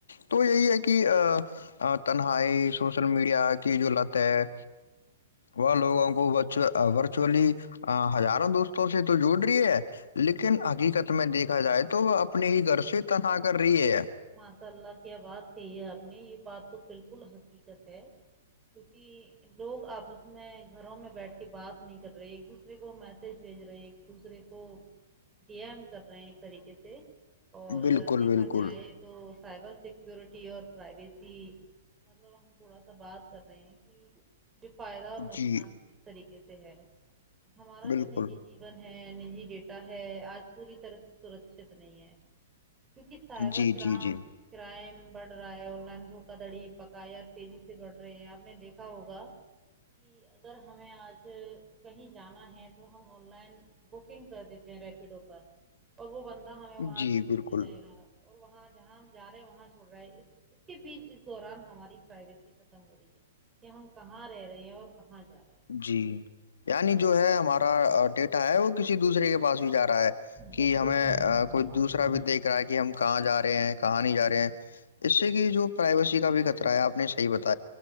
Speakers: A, on the left; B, on the right.
A: تو یہی ہے کہ ا تنہائی سوشل میڈیا کی جو لت ہے وہ لوگوں کو ورچولی ہزاروں دوستوں سے تو جوڑ رہی ہے لیکن حقیقت میں دیکھ کہا جائے تو وہ اپنے ہی گھر سے تنہا کر رہی ہے
B: ماشاء اللہ کیا بات کہی ہے آپ نے یہ بات تو بالکل حقیقت ہے کیونکہ لوگ آپس میں گھروں میں بیٹھ کے بات نہیں کر رہے ایک دوسرے کو میسج بھیج رہے ایک دوسرے کو ڈم کر رہے ہیں ایک طریقے سے اور
A: بالکل
B: دیکھا
A: بالکل
B: جائے تو سائبر سیکورٹی اور پرائیویسی مطلب ہم تھوڑا سا بات کر رہے ہیں کہ ج پائےد اور نقصان
A: جی
B: کس طریقے سے ہے ہمارا
A: بالکل
B: جو نجی جیون ہے نجی ڈیٹا ہے آج پوری طرح سرکچت نہیں ہے کیونکہ ساحبہ
A: جی
B: رام
A: جی جی
B: ٹائم بڑ رہا ہے آن لائن س کا دڑی پکائییا تیزی سے بڑ رہی ہیں آپ نے دیکھا ہوگا کہ اگر ہمیں آج کہیں جانا ہے تو ہم آن لائن بکنگ کر دیتے ہیں ریپیڈو پر اور وہ بند ہمیں وہاں
A: جی
B: سے لے
A: بالکل
B: کے جائے گا اور وہاں جہاں ہم جا رہے ہیں وہاں چھوڑ رہے ہیں اس کے بیچ اس دوران ہماری پرائیویسی ختم ہو رہی ہے کہ ہم کہاں رہ رہے ہیں اور کہاں جا رہے ہیں
A: جی یعنی
B: تو
A: جو ہے ہمارا ڈیٹا ہے وہ کسی دوسرے کے پاس بھی جا رہا ہے کہ
B: بالکل
A: ہمیں
B: صحیح فرمایا
A: کوئی
B: آپ
A: دوسرا
B: نے
A: بھی دیکھ رہا ہے کہ ہم کہاں جا رہے ہیں کہا نہیں جاے ہیں اس سے کہ جو پرائیویسی کا بھی خطرہ ہے آپ نے صی ب